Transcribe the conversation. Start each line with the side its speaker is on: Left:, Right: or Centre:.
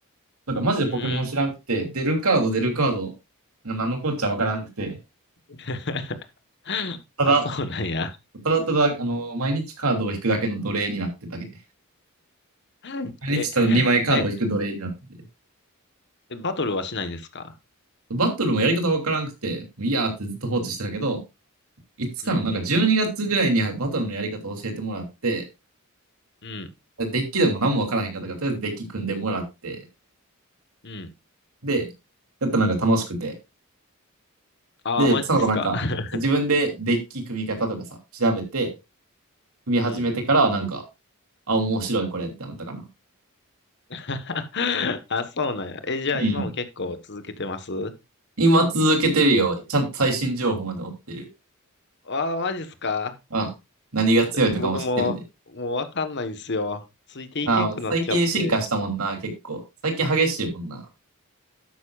Right: だからマジでポケモン知らんくて、
Left: うーん。
Right: 出るカード出るカード、なんのこっちゃわからんくて、
Left: <laughs> <laughs>
Right: ただ、
Left: あ、そうなんや。
Right: ただただ、あの、毎日カードを引くだけの奴隷になってたけど、
Left: <laughs>
Right: 毎日ただ2枚カードを引く奴隷になってて、
Left: え、え、バトルはしないんですか
Right: バトルもやり方わからんくて、もういいやーってずっと放置してたけど、いつかの、
Left: うん、
Right: なんか12月ぐらいにバトルのやり方を教えてもらって、
Left: うん、
Right: デッキでも何もわからへんかったから、とりあえずデッキ組んでもらって、
Left: うん。
Right: で、やったらなんか楽しくて、
Left: あ、
Right: で、
Left: マジですか
Right: その子なんか、
Left: <laughs>
Right: 自分でデッキ組み方とかさ、調べて、組み始めてからはなんか、
Left: うん。
Right: あ、面白いこれってなったかな。
Left: <laughs> あ、そうなんや。え、じゃあ今も結構続けてます
Right: うん。今続けてるよ。ちゃんと最新情報まで追ってる。
Left: あ、マジですか
Right: あ、何が強いとかも知ってるんで。
Left: 僕も、もうわかんないんですよ。ついていけんくなっちゃって、
Right: あ、最近進化したもんな、結構。最近激しいもんな。